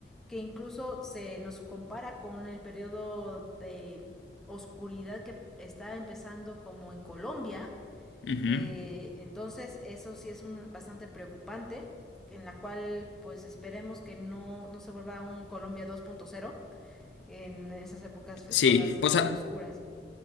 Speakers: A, in the centre; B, on the left.
A: que incluso se nos compara con el periodo de oscuridad que está empezando como en Colombia.
B: ujú.
A: Eh, entonces, eso sí es un, bastante preocupante, en la cual pues esperemos que no, no se vuelva un Colombia dos punto cero en esas épocas fue
B: Sí,
A: todas este,
B: pues
A: oscuras.